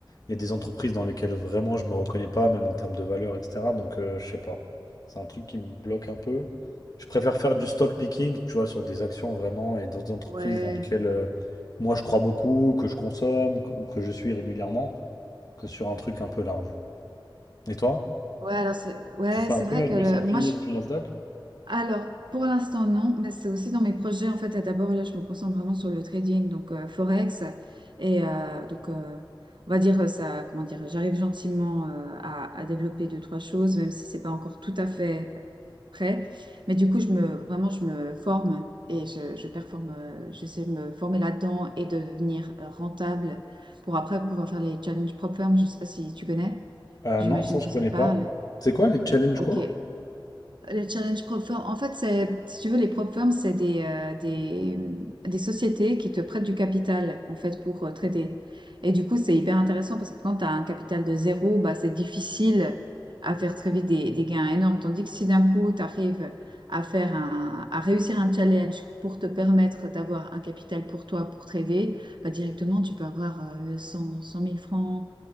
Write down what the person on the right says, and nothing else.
Ouais,
ouais, alors c'est ouais,
c'est
vrai que
le-
moi, je
Alors, pour l'instant, non, mais c'est aussi dans mes projets. En fait, d'abord, là, je me concentre vraiment sur le trading, donc euh, Forex. Et euh, donc, euh, on va dire euh, ça, comment dire, j'arrive gentiment euh, à, à développer deux, trois choses, même si c'est pas encore tout à fait euh, prêt. Mais du coup, je me, vraiment, je me forme et je, je performe, euh, j'essaie de me former là-dedans et de devenir euh, rentable pour après pouvoir faire les challenges propres. Je sais pas si tu connais.
J'imagine
que
ça te
parle.
Ok.
Les challenges prop firm, en fait, c'est, si tu veux, les prop firms, c'est des, euh, des, des sociétés qui te prêtent du capital, en fait, pour euh, trader. Et du coup, c'est hyper intéressant parce que quand tu as un capital de zéro, bah, c'est difficile à faire très vite des, des gains énormes. Tandis que si d'un coup, tu arrives à faire un, à réussir un challenge pour te permettre d'avoir un capital pour toi, pour trader, bah, directement, tu peux avoir euh, 100, 100 000 francs,